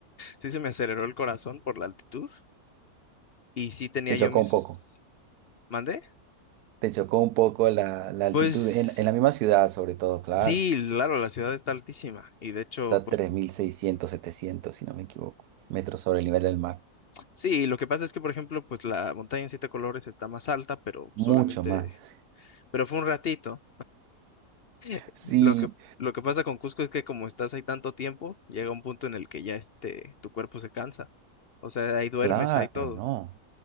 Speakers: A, on the left; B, on the right.
A: sí se me aceleró el corazón por la altitud y sí tenía
B: Te chocó
A: yo mis...
B: un poco,
A: ¿Mandé?
B: te chocó un poco la, la altitud,
A: Pues
B: en, en la misma ciudad sobre todo, claro.
A: sí, claro, la ciudad está altísima y de hecho,
B: Está a
A: pues
B: tres mil seiscientos setecientos si no me equivoco, metros sobre el nivel del mar.
A: sí, lo que pasa es que, por ejemplo, pues la montaña en siete colores está más alta, pero solamente,
B: Mucho más. <laughs>
A: pero fue un ratito. <laughs>
B: Sí,
A: Lo que, lo que pasa con Cusco es que como estás ahí tanto tiempo, llega un punto en el que ya este, tu cuerpo se cansa. O sea, ahí duermes,
B: claro,
A: ahí todo.
B: ¿no?